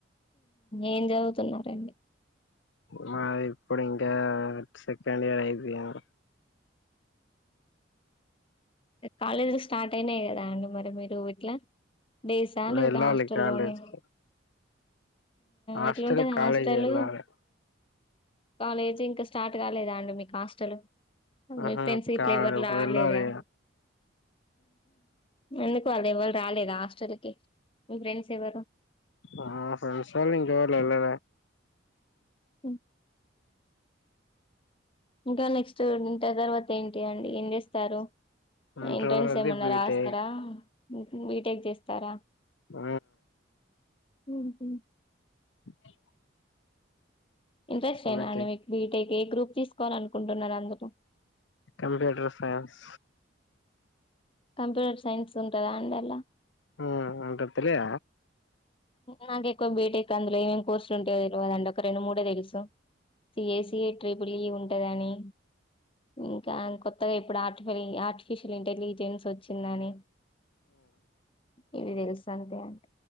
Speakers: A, on the left (about 30°); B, on the left (about 75°).
A: ఏం చదువుతున్నారండి
B: మాది ఇప్పుడు ఇంకా సెకండ్ ఇయర్ అయిపోయాను
A: కాలేజీలు స్టార్ట్ అయినాయి కదా అండి మరి మీరు ఇట్లా డేస్ను లేకపోతే
B: వెళ్ళాలి
A: హాస్టల్లోనే
B: కాలేజీకి హాస్టల్
A: ఎట్లాంటది
B: కాలేజ్
A: హాస్టల్
B: వెళ్ళాలి
A: కాలేజీ ఇంకా స్టార్ట్ కాలేదా అండి మీకు హస్టలు మీ
B: ఆహా
A: ఫ్రెండ్స్ ఇట్లా
B: కాదు
A: ఎవరులాలదా
B: వెళ్ళాలి
A: ఎందుకు వాళ్ళు ఎవరు రాలేదా హాస్టల్ కి మీ ఫ్రెండ్స్ ఎవ్వరు
B: ఆ ఫ్రెడ్స్ అల ఇంకా పోలే
A: ఉ ఇంకా నెక్స్ట్ ఇంటర్ తర్వాత ఏంటి అండి ఏం చేస్తారు
B: ఇంటర్ది
A: ఇంట్రెన్స్ ఏమన్నా
B: బీటెక్
A: రాస్తారా బీటెక్ చేస్తారా
B: ఆ
A: ఉహు
B: <inaudible>
A: ఇంట్రెస్ట్ అనా
B: బీటెక్
A: అండి మీకు బిటెకి ఏ గ్రూప్ తీసుకోవాలి అనుకుంటున్నారు అందుర
B: కంప్యూటర్ సైన్స్
A: కంప్యూటర్ సైన్స్ ఉంటందా అండి అల్లా
B: ఆ ఉంటది తెలియ
A: నాకే బీటెక్ అందులో ఏమేం కోర్సులు ఉంటేతెలిదండి ఒక రెండు మూడే తెలుసు సఏసిఏ ట్రిపుల్ ఈ ఉంటదని ఇంకా కొత్తగా ఇప్పుడు ఆర్టిఫ ఆర్టిఫిషియల్ ఇంటెలిజెన్స్ వచ్చిందని ఇవి తెలుస అంతే అండి